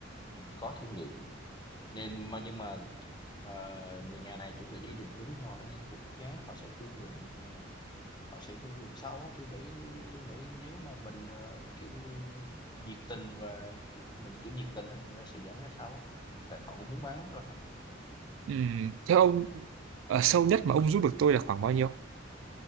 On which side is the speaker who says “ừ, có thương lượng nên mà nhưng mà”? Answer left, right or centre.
Left